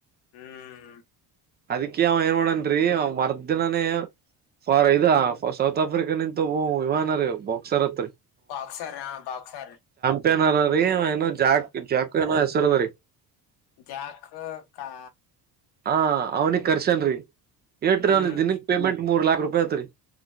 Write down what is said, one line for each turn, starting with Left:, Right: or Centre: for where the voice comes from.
Left: ಹ್ಮ್.
Right: ಅದಕ್ಕೆ ಅವ ಏನ್ ಮಾಡ್ಯಾನ್ರಿ ಅವ ಮರ್ದಿನಾನೇ ಫಾರ್ ಇದ ಸೌತ್ ಆಫ್ರಿಕಾ ನಿಂತ ಒಬ್ ವಿಮಾನ ರೀ ಬಾಕ್ಸರ್ ಹತ್ರಿ.
Left: ಬಾಕ್ಸರ್ ಹಾ ಬಾಕ್ಸರ್
Right: ಪ್ಯನಾರ ರೀ ಜಾಗ ಜಾಕ ಚರ್ವರಿ
Left: ಜಾಖಕ್ಕಾ
Right: ಹಾ ಅವ್ನಿಗ್ ಕರ್ಶನರಿ. ಎಟ್ರಿ
Left: ಹ್ಮ್
Right: ದಿನಕ ಪೇಮೆಂಟ ಮೂರ್ ಲಾಕ್ ಕೃಪಾಯ ತ್ರರಿ.